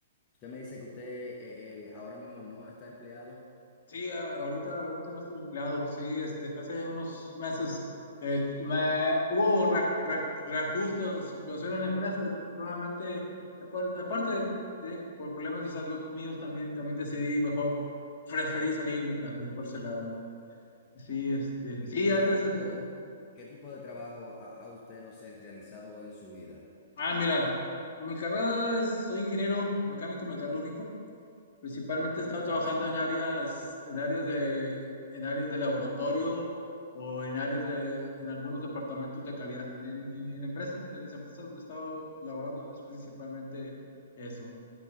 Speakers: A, on the left (about 35°); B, on the left (about 60°).
A: Usted me dice que usted eh, eh, ahora mismo no está empleado
B: Sí, a- ahorita realmente no estoy empleado. Sí, este, hace unos meses eh, me- hubo re- re- reajuste o reestructuración en la empresa, desafortunadamente, apar- aparte de, por problemas de salud míos también, también decidí mejor, preferí salirme también por ese lado. ¿va? Sí, este,
A: y
B: sí,
A: por
B: antes
A: ejemplo,
B: eh,
A: ¿qué tipo de trabajo ha, ha usted, no sé, realizado en su vida?
B: Ah, mira, mi carrera es, soy ingeniero mecánico metalúrgico. Principalmente
A: Oh,
B: he estado trabajando
A: qué interesante.
B: en áreas, en áreas de, en áreas de laboratorio o en áreas de, en algunos departamentos de calidad. En, en- en empresas, en las empresas donde he estado laborando es principalmente eso.